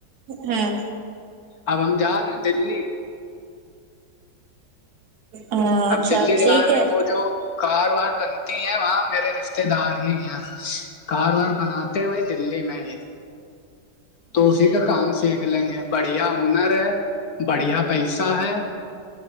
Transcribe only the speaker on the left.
اب ہم جا رہے ہیں دلی
اب دلی
جا رہے
ہیں وہ جو کار وار بنتی ہیں وہاں میرے رشتے دار ہی ہیں کار وار بناتے وہی دللی میں ہی تو اسی کا کام سیکھ لیں گے بڑھیا ہونر ے بڑھیا پیسہ ہے